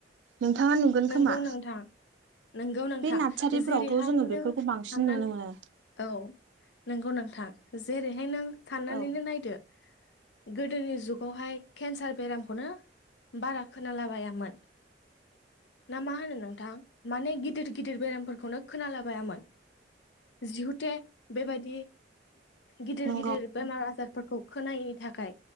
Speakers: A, on the right (about 85°); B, on the left (about 70°).
A: नोंथाङा नुगोन
B: नंगौ
A: खोमा
B: नोंथां नंगौ नोंथां
A: बे नार्सारिफोरावथ'
B: जेरैहाय
A: जोङो बेफोरखौ
B: नों साननानै
A: बांसिन नुनो मोनो
B: औ नंगौ नोंथां जेरैहाय नों साननानैनो
A: औ
B: नायदो गोदोनि जुगावहाय केन्सार बेरामखौनो बारा खोनालाबायामोन ना मा होनो नोंथां माने गिदिर गिदिर बेरामफोरखौनो खोनालाबायामोन जिहुते बेबायदि गिदिर
A: नंगौ
B: गिदिर बेमार आजारफोरखौ खोनायैनि थाखाय